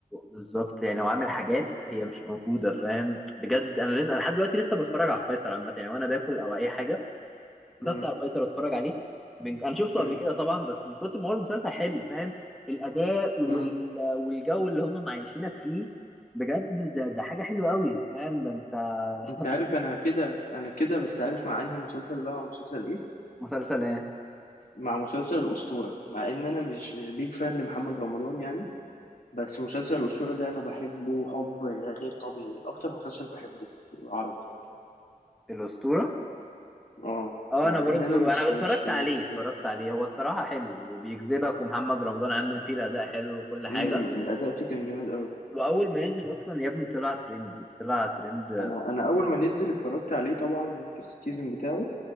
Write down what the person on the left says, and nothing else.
مم.
مم.
مم.
انت
عارف انا كده انا كده بس عارف مع انهي مسلسل بقى مع مسلسل ايه
مع مسلسل الاسطوره مع ان انا مش مش بيج فان لمحمد رمضان يعني بس مسلسل الاسطوره ده انا بحبه حب غير طبيعي اكتر مسلسل بحبه عربي
اه
مع
ان انا مش
مش مش
مم. الاداء فيه كان جامد قوي
انا انا اول ما نزل اتفرجت عليه طبعا في السيزون بتاعه